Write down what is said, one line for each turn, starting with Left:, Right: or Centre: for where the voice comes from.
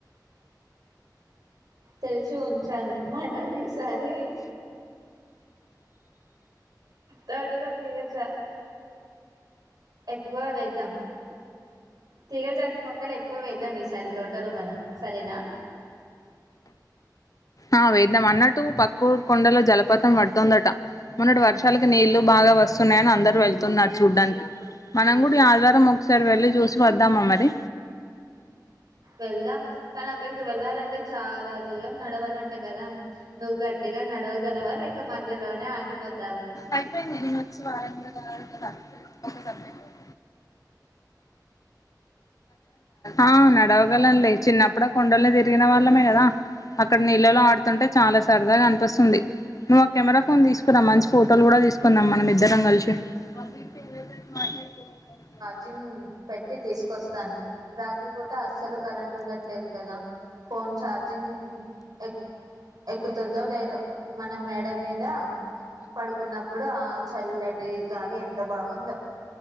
Right: తెరిచి ఉంచాను మనవి ఈసారి తోటలో తీగచ ఎక్కువ వేద్దాం తీగ జాతి మొక్కలు ఎక్కువ వేద్దాం ఈసారి తోటలో మనం సరేనా,
Left: ఆ వేద్దాం అన్నట్టు పక్క ఊరు కొండలో జలపాతం పడుతుందట మొన్నటి వర్షాలకి నీళ్లు బాగా వస్తున్నాయని అందరు వెళ్తున్నారు చూడ్డానికి మనం కూడా ఈ ఆదివారం ఒకసారి వెళ్ళి చూసి వద్దామా మరి
Right: వెళ్దాం కానీ అక్కడి వెళ్ళాలంటే చాలా దూరం నడవాలంట కదా నువ్వు గట్టిగా నడవగలవా లేక మధ్యలోనే ఆగిపోత
Left: అయిపోయింది నిను వచ్చి వారం కూడా కాలేదు ఒక ఒక సబ్జెక్టు ఆ నడవగలను లే చిన్నప్పుడు కొండలిని తిరిగిన వాళ్ళమే కదా అక్కడ నీళ్ళలో ఆడుతుంటే చాలా సరదాగా అనిపిస్తుంది నువ్వు ఆ కెమెరా ఫన్ తీసుకురా మంచి ఫోటోలు కూడా తీసుకుందాం మనం ఇద్దరం కలిసి, అ మాట్లాడతు <inaudible>
Right: జింగ్ పెట్టి తీసుకొస్తాను రాత్రిపూట అస్సలు కరెంట్ ఉండట్లేదు కదా ఫోన్ చార్జింగ్ ఎక్ ఎక్కుతుందో లేదో మన మేడ మీద పడుకున్నప్పుడు ఆ చల్లటి గాలి ఎం తబాగుందో